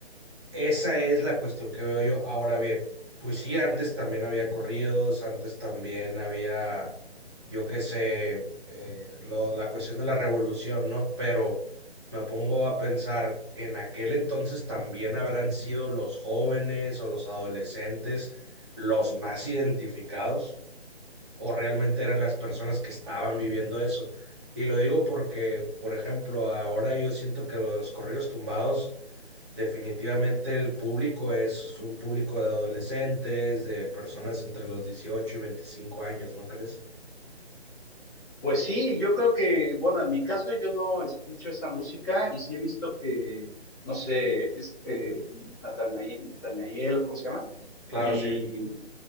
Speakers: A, on the right; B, on the left.
A: esa es la cuestión que veo yo. Ahora bien, pues sí, antes también había corridos, antes también había, yo qué sé, eh, lo- la cuestión de la revolución, ¿no? Pero me pongo a pensar, en aquel entonces también habrán sido los jóvenes o los adolescentes los más identificados o realmente eran las personas que estaban viviendo eso. Y lo digo porque, por ejemplo, ahora yo siento que los corridos tumbados, definitivamente el público es un público de adolescentes, de personas entre los 18 y 25 años, ¿no crees?
B: Pues sí, yo creo que, bueno, en mi caso yo no escucho esa música y sí he visto que, no sé, este, Natanael, Natanael, ¿cómo se llama?
A: Claro,
B: Y
A: sí,